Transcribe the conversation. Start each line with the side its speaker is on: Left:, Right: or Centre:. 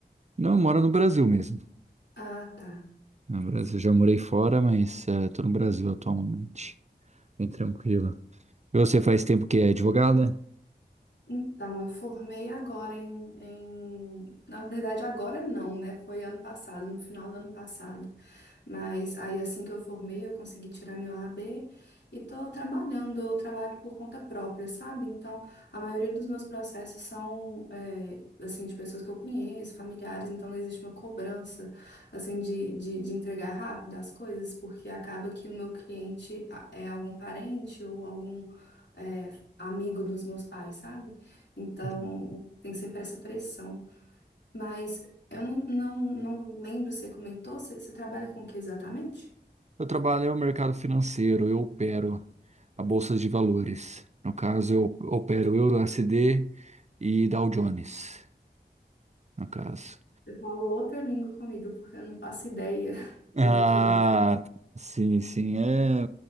Right: Não, eu moro no Brasil mesmo.
Left: Ah, tá.
Right: No Brasil, já morei fora, mas eh, tô no Brasil atualmente. Bem tranquila. E você faz tempo que é advogada?
Left: Então, eu formei agora em, em... Na verdade, agora não, né? Foi ano passado, no final do ano passado. Mas aí assim que eu formei, eu consegui tirar meu AB e tô trabalhando, eu trabalho por conta própria, sabe? Então, a maioria dos meus processos são, é, assim, de pessoas que eu conheço, familiares, então não existe uma cobrança, assim, de, de, de entregar rápido as coisas, porque acaba que o meu cliente a- é algum parente ou algum, é, amigo dos meus pais, sabe? Então,
Right: Entendi.
Left: tem sempre essa pressão. Mas eu não, não, não lembro se você comentou, você, você trabalha com o que exatamente?
Right: Eu trabalho no mercado financeiro, eu opero a bolsa de valores. No caso, eu opero Euro USD e Dow Jones, no caso.
Left: Você falou outra língua comigo, porque eu não faço ideia <laughs>
Right: Ah,
Left: do que que é isso.
Right: sim, sim, é,